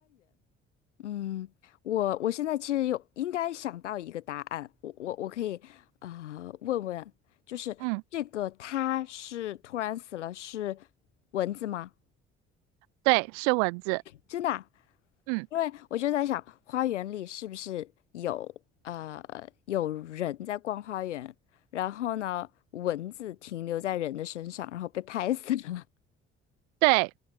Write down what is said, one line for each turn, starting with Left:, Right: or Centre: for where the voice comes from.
Left: 嗯，我我现在其实有应该想到一个答案，我我我可以呃问问，就是这个它是突然死了是
Right: 嗯，
Left: 蚊子吗？
Right: 对，是蚊子。
Left: 真的啊
Right: 嗯，
Left: 因为我就在想，花园里是不是有呃有人在逛花园，然后呢，蚊子停留在人的身上，然后被拍死了。
Right: 对，